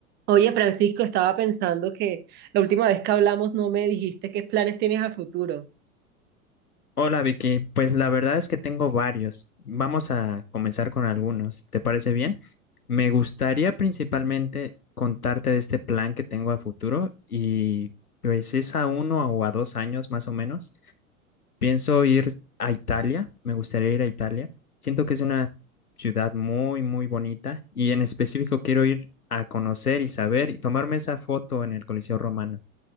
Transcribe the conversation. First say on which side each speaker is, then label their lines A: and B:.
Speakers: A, on the right; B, on the left.
A: Oye, Francisco, estaba pensando que la última vez que hablamos no me dijiste qué planes tienes a futuro.
B: Hola Vicky, pues la verdad es que tengo varios. Vamos a comenzar con algunos. ¿Te parece bien? Me gustaría principalmente contarte de este plan que tengo a futuro y pues es a uno o a dos años más o menos. Pienso ir a Italia, me gustaría ir a Italia. Siento que es una ciudad muy, muy bonita y en específico quiero ir a conocer y saber y tomarme esa foto en el Coliseo Romano.